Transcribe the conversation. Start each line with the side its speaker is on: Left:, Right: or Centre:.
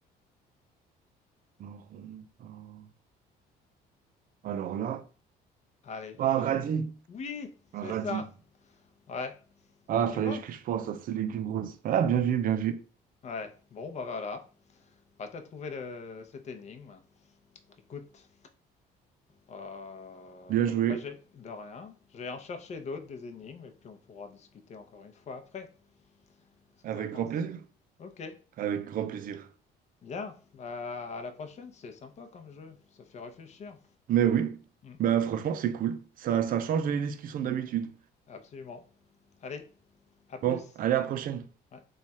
Right: marron, pain. Alors là,
Left: Allez,
Right: pas
Left: un
Right: un radis.
Left: oui, c'est
Right: Un radis.
Left: ça. Ouais,
Right: Ah,
Left: Ah, tu
Right: fallait
Left: vois.
Right: que je pense à ce légume rose. Ah, bien vu, bien vu.
Left: Ouais, bon, bah voilà. Bah, t'as trouvé le... cette énigme. Écoute, euh,
Right: Bien joué.
Left: moi j'ai de rien. Je vais en chercher d'autres, des énigmes, et puis on pourra discuter encore une fois après. Qu'est-ce
Right: Avec
Left: que t'en penses?
Right: grand plaisir.
Left: Ok,
Right: Avec grand plaisir.
Left: bien. Bah, à la prochaine, c'est sympa comme jeu. Ça fait réfléchir.
Right: Mais oui,
Left: Mm.
Right: bah franchement, c'est cool. Ça,
Left: Ouais,
Right: ça change des discussions d'habitude.
Left: absolument. Allez, à plus.
Right: Bon, allez, à la prochaine.
Left: Ouais.